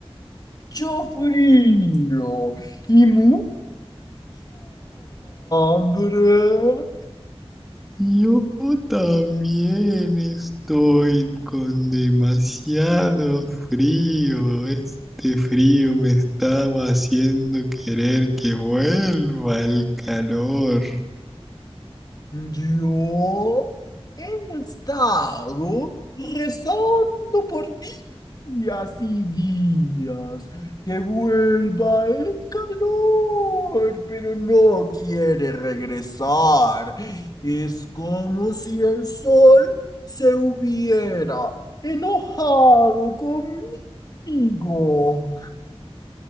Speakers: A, on the left (about 40°); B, in the centre.
A: mucho frío y mucha hambre.
B: Yo también estoy con demasiado frío. Este frío me estaba haciendo querer que vuelva el calor.
A: Yo he estado rezando por días y días que vuelva el calor, pero no quiere regresar. Es como si el sol se hubiera enojado conmigo.